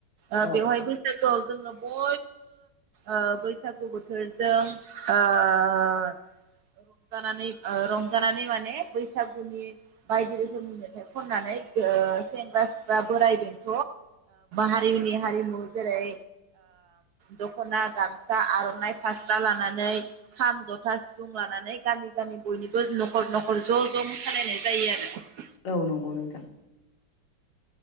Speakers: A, on the right; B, on the left.
A: ओ
B: औ
A: बेवहाय बैसागुआव जोङो बयबो ओ बैसागु बोथोरजों ओ रंजानानै ओ रंजानानै माने म बैसागुनि बायदि रोखोमनि मेथाइ खननानै सेंग्रा सिख्ला बोराइ बेंथ हारिनि हारिमु जेरै दखना गामसा आरनाइ फास्रा लानानै खाम जथा सिफुं लानानै गामि गामि बयनिबो नखर नखर र ज ज मोसालायनाय जायो आरो
B: औ नंगौ नोंथां।